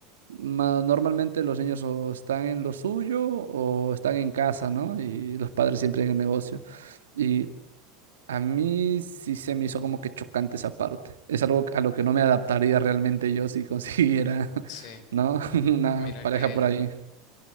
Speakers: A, on the right (about 80°); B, on the left (about 55°).
A: ma- normalmente los niños o están en lo suyo o están en casa, ¿no? Y los padres siempre en el negocio. Y a mí sí se me hizo como que chocante esa parte. Es algo a lo que no me adaptaría realmente yo si consiguiera, <laughs>
B: Sí.
A: ¿no? <laughs> Una
B: Mira
A: pareja
B: que,
A: por ahí.